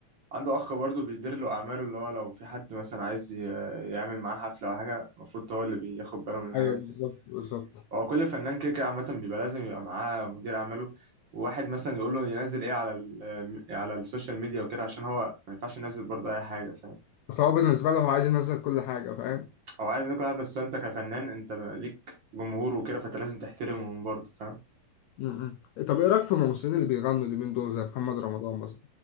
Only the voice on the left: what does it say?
أيوه بالظبط
بالظبط
بس هو بالنسبة له هو عايز ينزل كل حاجة فاهم
م- م. طب ايه رأيك في الممثلين اللي بيغنوا اليومين دول زي محمد رمضان مثلا؟